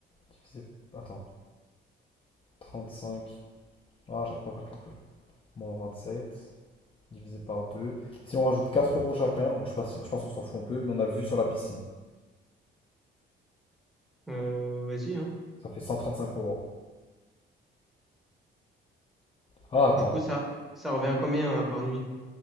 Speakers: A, on the left; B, in the centre.
A: Divisé. Attends, 35. Ah, j'arrive pas à faire le calcul. Moins 27. Divisé par 2. Si on rajoute 4 euros chacun, bon, je sais pas si- je pense qu'on s'en fout un peu, mais on a vu sur la piscine.
B: Euh, vas-y, hein.
A: Ça fait 135 euros. Ah, attends.
B: Du coup, ça, ça revient à combien hein, par nuit?